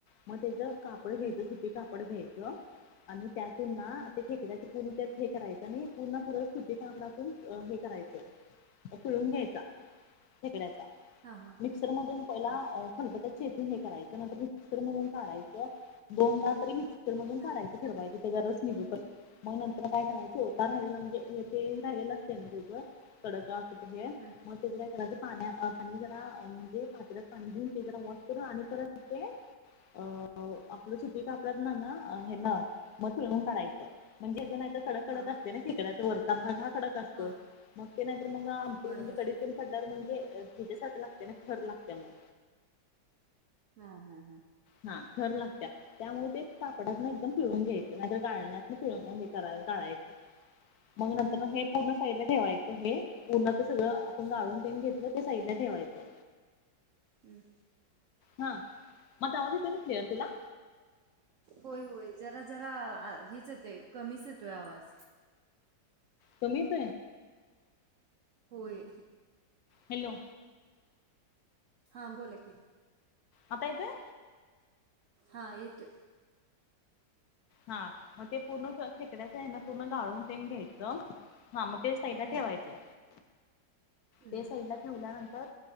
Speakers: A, on the left (about 65°); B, on the right (about 65°).
A: मग त्याच काप पड
B: हम्म
A: घ्यायचं सुती कापड घ्यायचं आणि त्यातून ना
B: हम्म
A: ते खेकड्या <unintelligible> तत हे करायचं आणि पुण सरळ सुती कापडातून हे करायचं. पिळून घ्यायचा खेकड्याचा
B: हा हा
A: मिक्सर मधून पहिला
B: हा
A: खलबत्या चेचून हे करायचं नंतर मिक्सर मधून काढायचं. दोनदा तरी मिक्सर मधून
B: हम्म
A: काढायचे ठेरवायचे त्याच्या रस निघु पर्यंत मग नंतर काय करायच. चोथा राहिलेला म्हणजे ते राहिलेला असते मधेच कडक अस हे
B: हं
A: करायचं पाण्या पा म्हणजेत पाणी घेऊन ते जरा वॉश करून आणि परत ते अ आपली सुती कापडा तन ना हे ना. म पुळून काढायचं म्हणजे अज कडक कडक
B: हा हा
A: असतय ना खेकड्याचा वरचा भाग हा कडक असतो
B: हा
A: मग ते नाहीतर मग आमच्याकडी
B: कडक असतोय
A: <unintelligible> ल्या म्हणजे साठी लागते ना खर लागते मग
B: हा हा हा
A: हा खर लागत त्यामुळे ते सापडात ना एकदम पिळून घ्यायचं नाहीतर गाळण्यात. मग हे करायढायच मग नंतर ना हे पूर्ण साईडला ठेवायचं हे. पूर्ण तर सगळं आपण गाळून
B: हम्म
A: पन घेतलं ते साईड ला ठेवायचं.
B: हम्म
A: हा मग आवाज येत ना क्लर तुला
B: होय होय जरा जरा हेच येतय कमीच येतोय आवाज.
A: कमीच आहे
B: होय
A: हॅलो
B: हां बोला कि
A: आता येतोय?
B: हा येतोय.
A: हा मग ते पूर्ण खेकड्याच आहे ना पूर्ण गडाळून ते घ्यायचं. हा मग ते साईला
B: हम्म
A: ठेवायचं
B: हम्म
A: ते साईड ला ठेवल्यानंतर